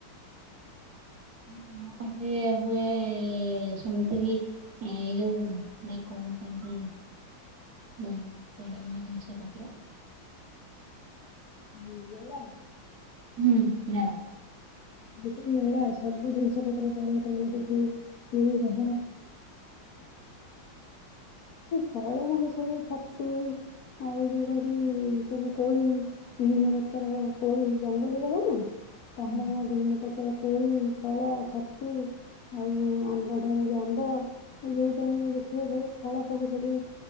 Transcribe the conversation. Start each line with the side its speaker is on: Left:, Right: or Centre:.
Right: ଓ ତମାପଟ ହୁଏ ଶୁଣିଥିଲି ଏଇ ଯୋଉ ନା କଣ କହନ୍ତି <unintelligible> ପଡିମା ଜିନିଷ ପତ୍ର
Left: <unintelligible>
Right: <inaudible> ହୁଁ ମେଳା
Left: <unintelligible> ସେଇ ମେଳା ସବୁ ଜିନିଷ ପତ୍ର ପଳେଇ ପାଇଁ ସେଠ <unintelligible> ଯୋଉ ଫଳ ମୂଳ ମାନେ ସବୁ ଛତୁ ଆଉ ଯୋଉ କନ୍ତି ସବୁ କୋଳି ବିଭିନ୍ନ ପ୍ରକାର କୋଳି ଜଙ୍ଗଲ ଜାଗା ନା
Right: ହୁଁ
Left: ଓହୋ କୋଳି ଫଳ ଛତୁ ଆଉ ଆମ୍ବ ଟାଇମ୍ ରେ ଆମ୍ବ ଯୋଉ ଟାଇମ୍ ଦେଖିବ ସେ ଫଳ ଫଳ ସବୁ ସେଠି